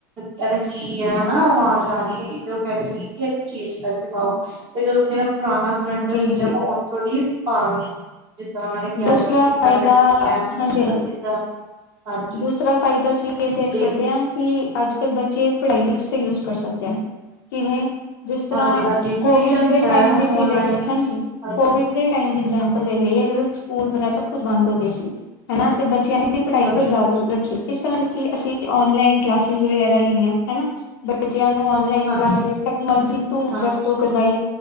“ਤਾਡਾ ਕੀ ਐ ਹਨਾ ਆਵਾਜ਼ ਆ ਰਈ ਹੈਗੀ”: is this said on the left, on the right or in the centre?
Right